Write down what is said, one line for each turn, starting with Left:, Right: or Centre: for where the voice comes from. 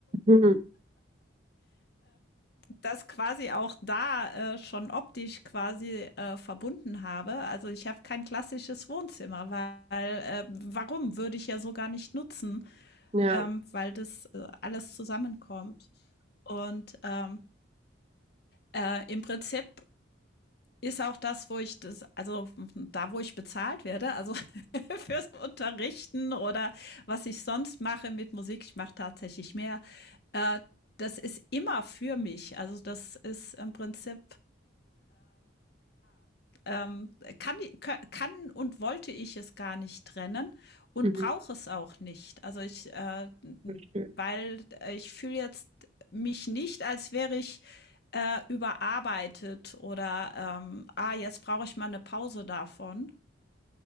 Right: Mhm.
Left: das quasi auch da äh, schon optisch quasi äh, verbunden habe. Also ich habe kein klassisches Wohnzimmer, weil äh, warum würde ich ja so gar nicht nutzen,
Right: Ja,
Left: ähm, weil das äh, alles zusammenkommt. Und ähm, äh, im Prinzip ist auch das, wo ich das, also da, wo ich bezahlt werde, also <laughs> fürs Unterrichten oder was ich sonst mache mit Musik, ich mache tatsächlich mehr, äh, das ist immer für mich. Also das ist im Prinzip ähm, kann, kann und wollte ich es gar nicht trennen und
Right: mhm.
Left: brauche es auch nicht. Also ich, äh,
Right: Voll schön.
Left: weil ich fühle jetzt mich nicht, als wäre ich äh, überarbeitet oder ähm, ah, jetzt brauche ich mal eine Pause davon,